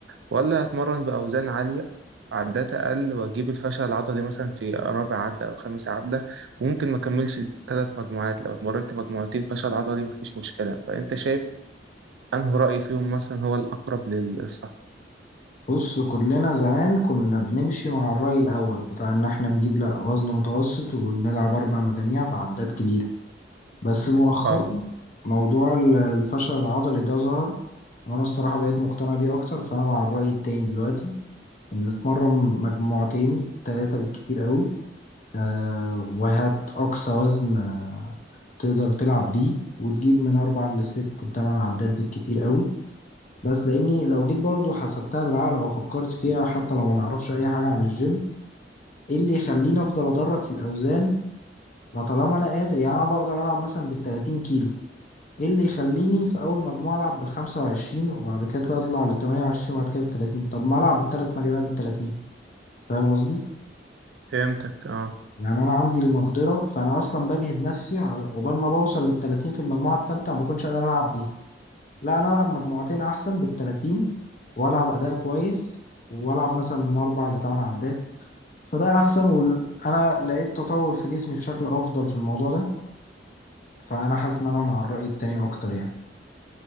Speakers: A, on the right (about 80°); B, on the left (about 45°).
A: ولا أتمرن بأوزان عالية عدات أقل وأجيب الفشل العضلي مثلا في رابع عدة أو خامس عدة وممكن ما أكملش ثلاث مجموعات لو اتمرنت مجموعتين فشل عضلي مفيش مشكلة فأنت شايف أنه رأي فيهم مثلا هو الأقرب للصح
B: بص كلنا زمان كنا بنمشي مع الرأي الأول بتاع إن إحنا نجيب لأ وزن متوسط ونلعب أربع مجاميع بعدات كبيرة بس مؤخرا
A: اه
B: موضوع ال- الفشل العضلي ده ظهر وانا الصراحة بقيت مقتنع بيه اكتر فانا مع الرأي التاني دلوقتي ان اتمرن مجموعتين تلاتة بالكتير قوي أه وهات اقصى وزن آه، تقدر تلعب بيه وتجيب من اربع لست لتمن عدات بالكتير قوي بس لاني لو جيت برضو حسبتها بالعقل او فكرت فيها حتى لو ما نعرفش اي حاجة عن الجيم ايه اللي يخليني افضل ادرج في الاوزان ما طالما انا قادر يعني انا بقدر العب مثلا بالتلاتين كيلو ايه اللي يخليني في اول مجموعة العب بالخمسة وعشرين وبعد كده اطلع للتمانية وعشرين وبعد كده بالتلاتين طب ما العب التلات مجاميع بالتلاتين فاهم قصدي
A: فهمتك اه
B: يعني انا عندي المقدرة فانا اصلا بجهد نفسي ع- عقبال ما بوصل للتلاتين في المجموعة التالتة ما بكونش قادر العب بيها لا انا العب مجموعتين احسن بالتلاتين والعب اداء كويس والعب مثلا من اربع لتمن عدات فده احسن وانا لقيت تطور في جسمي بشكل افضل في الموضوع ده فانا حاسس ان انا مع الرأي التاني اكتر يعني